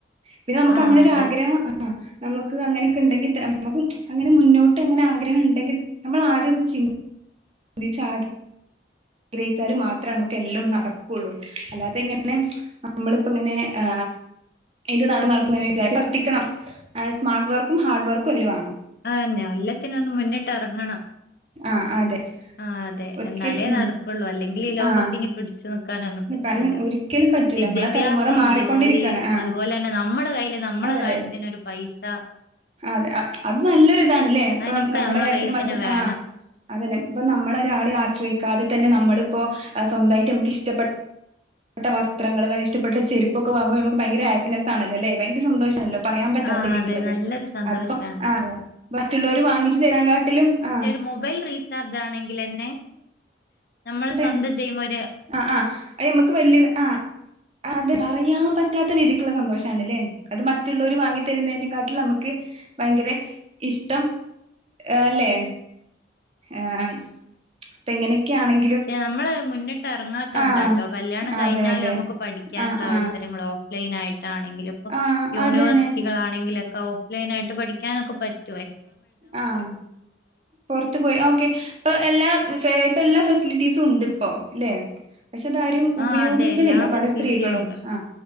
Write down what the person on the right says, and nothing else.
പിന്നെ നമുക്കങ്ങനെരു
ആഗ്രഹം ആ നമുക്ക് അങ്ങനെക്കെ ഇണ്ടെങ്കി ത നമുക്ക് അങ്ങനെ മുന്നോട്ട് അങ്ങനെ ആഗ്രഹം ഇണ്ടെങ്കിൽ നമ്മൾ ആദ്യൊന്ന് ചിൻ <unintelligible> ആഗ്രഹിച്ചാല് മാത്രാ നമുക്കെല്ലോം നടക്കുള്ളൂ അല്ലാതെ ഇങ്ങനെ നമ്മളിപ്പോങ്ങനെ ആ ഇത് നട നടക്കുന്ന് വിചാര്ച്ച് ർതിക്കണം ഏ സ്മാർട്ട് വർക്കും ഹാർഡ് വർക്കും ഇതില് വാണം.
ആ അതെ
ഒരിക്കൽ
ഉം
ആഹ്
കാരണം ഒരിക്കലും പറ്റൂല
നമ്മളെ തലമുറ മാറിക്കൊണ്ടിരിക്കാണ്
ആഹ്
അതെ
അതെ
അതെ അത് നല്ലൊരു ഇതാണ് ല്ലേ ഇപ്പം
നമ്മുടെ
കാര്യത്തിൽ
മറ്റു
ആ അതന്നെ ഇപ്പൊ നമ്മള ഒരാളെ ആശ്രയിക്കാതെ തന്നെ നമ്മളിപ്പോ സ്വന്തായിട്ട് നമുക്ക് ഇഷ്ടപ്പെ ഇഷട്ട വസ്ത്രങ്ങൾ ഇഷ്ടട്ട ചെരുപ്പൊക്കൊ്പോ നമു ഭയങ്ക ഹാപ്പിനെ ആണല്ല ഭയര സന്തോഷണല്ലോ പറയാൻ പറ്റാത്ത
ഇതിക്ക്ള്ളത്
അതിപ്പോ ആഹ് മറ്റുള്ളവര് വാങ്ങിച്ചു തരാങ്കാട്ടിലും ആഹ്
ആയിക്കോട്ടെ ആഹ് ആഹ് അയ് നമുക്ക് വല്യത് ആഹ് അത് പറയാൻ പറ്റാത്ത രീതി ക്ക്ള്ള സന്തോഷണല്ലേ അത് മറ്റുള്ളവര് വാങ്ങി തരുന്നേന്റെ കാട്ടില് നമുക്ക് ഭയങ്കര ഇഷ്ടം ആ അല്ലെ ആഏ ഇപ്പ എങ്ങനെയൊക്കെയാണെങ്ക
ആഹ്
അതെ അതെ
ആഹ്
ആഹ്
ആഹ്
അതന്നെ
ആഹ പറത്ത പോയി ഓക്കെ ഇപ്പൊ എല്ലാ ഇപ്പെല്ല ഫെസിലിറ്റീസും ഉണ്ടിപ്പോം ല്ലേ പക്ഷെ അതാരും ഉപയോഗിക്കണില്ല
പല
സ്ത്രീകളും
ആ